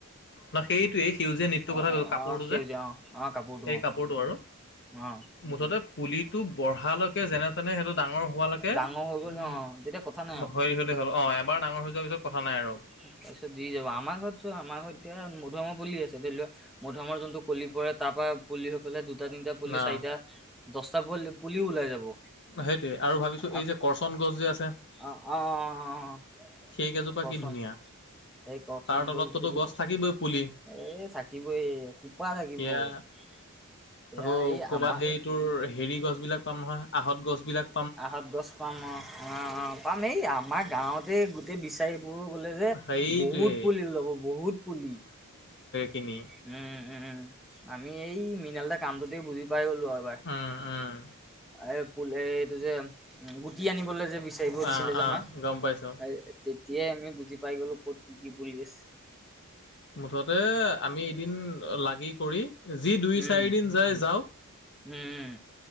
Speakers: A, on the left (about 55°); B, in the centre.
A: ন সেইটোৱেই সেউজীয়া নেতটোৰ
B: অ
A: কথা কৈছো
B: অ
A: কাপোৰটো
B: অ সেউজীয়া
A: যে
B: অ অ
A: এই
B: অ
A: কাপোৰটো আৰু।
B: অ
A: মুঠতে পুলিটো বঢ়ালৈকে যেনে তেনে সেইটোত ডাঙৰ হোৱালৈকে
B: ডাঙৰ হৈ গ'ল
A: উম
B: অ তেতিয়া কথা নাই আৰু
A: হেৰি হ'লে হ'ল। অ' এবাৰ ডাঙৰ হৈ যোৱাৰ পিছত কথা নাই আৰু
B: তাৰ পিছত দি যাব আমাৰ ঘৰত চ আমাৰ ঘৰত এতিয়া মধুমৰ পুলি আছে ধৰি লওোৱা, মধুমৰ যোনটো কলি পৰে তাৰ পৰাৰা পুলি হৈ পেলাই দুটা তিনিটা পুলি
A: না
B: চাৰিটা দহটা পু পুলিও ওলাই যাব।
A: সেইটোৱে আৰু ভাবিছো
B: আকৌ
A: এই যে কৰচন গছ যে আছে।
B: অ অ অ
A: সেইকেজোপা
B: কৰচোন
A: কি ধুনীয়া।
B: এই কৰচন
A: তাৰ তলততো
B: গছকেইজোপা
A: গছ থাকিবই পুলি
B: এ থাকিব এই সোপা থাকিব
A: সেয়া
B: <unintelligible>
A: আকৌ
B: এই
A: কৰ'বাত
B: আমাৰ
A: সেই তোৰ হেৰি গছ বিলাক পাম নহয় আহত গছ বিলাক
B: আহত গছ পাম অ' অ' পাম এই আমাৰ গাওঁতে গোটেই বিচাৰি। গ'লে যে
A: সেইটোৱে
B: বহুত পুলি ওলাব বহুত পুলি।
A: তিনি
B: উম উম আমি এই মৃণল দা কামটোতেই বুজি পাই গলো এবাৰ।
A: উম, উম,
B: এই পুল এই এইটো যে গুটি আনিবলৈ যে বিচাৰিব দিছিলে
A: আহ,
B: যে
A: আহ,
B: আমাক
A: গম পাইছোঁ।
B: এই তেতিয়া। এতিয় আমি বুজি পাই গলো ক'ত কি কি পুলি আছে।
A: মুঠতে আমি এদিন লাগি কৰি। যি দুই
B: উম
A: চাৰিদিন যায় যাওঁক।
B: উম